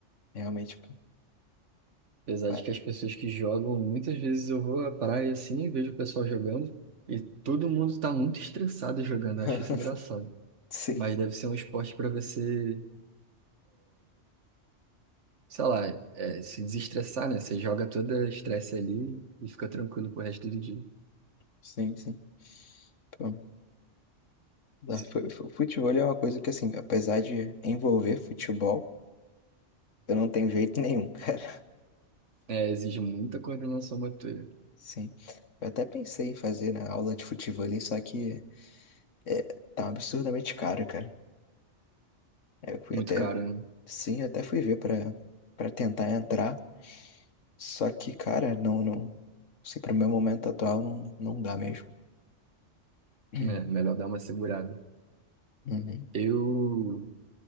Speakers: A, on the left; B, on the right.
A: realmente. pô,
B: Apesar
A: pa-
B: de que as pessoas que jogam, muitas vezes eu vou à praia assim e vejo o pessoal jogando e todo mundo tá muito estressado jogando,
A: <laughs>
B: eu acho isso engraçado.
A: Sim,
B: Mas deve ser um esporte para você, sei lá, é, se desestressar, né? Você joga todo o estresse ali e fica tranquilo pro resto do dia.
A: sim, sim. Pô, dá-
B: Se-
A: fu- fu- Futebol é uma coisa que, assim, apesar de envolver futebol, eu não tenho jeito nenhum, <laughs> cara.
B: É, exige muita coordenação motora.
A: Sim. Eu até pensei em fazer na aula de futebol ali, só que é, tá absurdamente caro, cara. Aí Eu fui
B: Muito
A: até,
B: caro, né?
A: sim, eu até fui ver pra para tentar entrar, só que, cara, não, não, se pro meu momento atual não, não dá mesmo. <clears throat> Hum,
B: É, melhor dar uma segurada.
A: Uhum.
B: Eu